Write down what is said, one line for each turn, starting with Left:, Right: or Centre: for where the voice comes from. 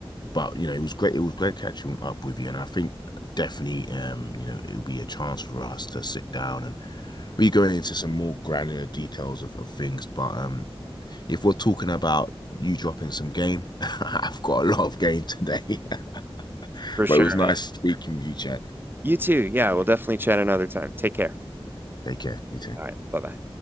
Left: but you know, it was great. It was great catching up with you, and I think definitely, um, you know, it'll be a chance for us to sit down and be going into some more granular details of, of things, but um, if we're talking about you dropping some game, <laughs> I've got a lot of game today. <laughs>
Right: For sure,
Left: but it was nice
Right: man.
Left: speaking with you, Chad.
Right: You too. Yeah, we'll definitely chat another time. Take care.
Left: Take care. You too.
Right: All right. Bye bye.